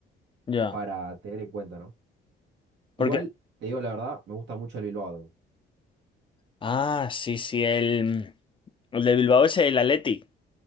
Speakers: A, on the left; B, on the right.
A: ya.
B: para tener en cuenta, ¿no?
A: Porque.
B: Igual, te digo la verdad, me gusta mucho el Bilbao. Athletic.
A: Ah, sí, sí, el, el de Bilbao es el Athletic.